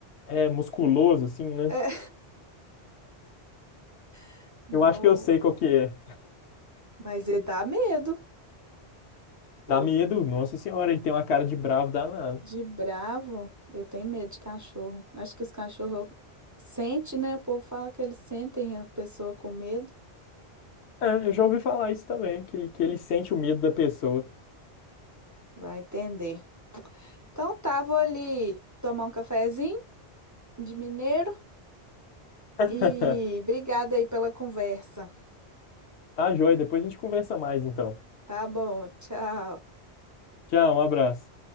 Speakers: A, on the left; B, on the right.
A: É musculoso, assim, né?
B: É, <laughs> no,
A: Eu acho que eu sei qual que é.
B: mas ele dá medo.
A: Dá
B: Eu
A: medo, nossa senhora, ele tem uma cara de bravo danado.
B: de bravo, eu tenho medo de cachorro. Acho que os cachorros sentem, né? O povo fala que eles sentem a pessoa com medo.
A: É, eu já ouvi falar isso também, que, que ele sente o medo da pessoa.
B: Vai entender. Então tá, vou ali tomar um cafezinho de mineiro. E
A: <laughs>
B: obrigada aí pela conversa.
A: Tá, joia, depois a gente conversa mais, então.
B: Tá bom, tchau.
A: Tchau, um abraço.